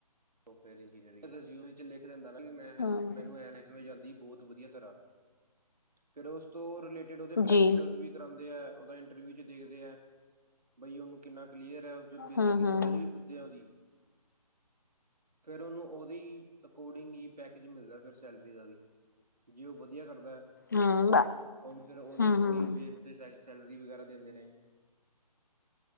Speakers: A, on the right; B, on the left.
A: ਉਹ ਫਿਰ ਇੰਨੀਅਰਿੰਗ ਵਿੱਚ ਲਿਖ ਦਿੰਦਾ ਐ ਨਾ, ਮੈਂ
B: ਹੂੰ
A: ਮੈਨੂੰ ਐਂ ਲੈ ਹੋ ਜਾਂਦੀ ਬਹੁਤ ਵਧੀਆ ਤਰ੍ਹਾਂ ਫੇਰ ਉਸ ਤੋਂ ਰਿਲੇਟਿਡ ਉਹਦੇ
B: ਜੀ
A: ਪ੍ਰੈਕਟੀਕਲ ਸ ਵੀ। ਕਰਾਉਂਦੇ ਐ ਉਹਦਾ ਇੰਟਰਵਿਊ ਚ ਦੇਖਦੇ ਐ ਬਈ ਉਹਨੂੰ ਕਿੰਨਾ ਕਲੀਅਰ ਐ ਤੇ ਬੇਸਿਕ
B: ਹੂੰ
A: ਤੇ
B: ਹੂੰ
A: ਨੋਲੇਜ
B: ਹੂੰ
A: ਵੀ ਪੁੱਛਦੇ ਆ ਉਹਦੀ। ਫੇਰ ਉਹਨੂੰ ਉਹਦੀ ਅਕੋਰਡਿੰਗ ਹੀ ਪੈਕੇਜ ਮਿਲਦਾ ਫਿਰ ਸੈਲਰੀ ਦਾ ਵੀ ਜੇ ਉਹ ਵਧੀਆ ਕਰਦਾ ਹੈ
B: ਹੂੰ ਹੂੰ
A: ਉਹਨੂੰ ਫੇਰ ਉਹਦੇ ਅਕੋਰਡਿੰਗ
B: ਹੂੰ
A: ਬੇਸ ਸ਼ਾਇਦ ਸੈਲਰੀ ਵਗੈਰਾ ਦਿੰਦੇ ਨੇ।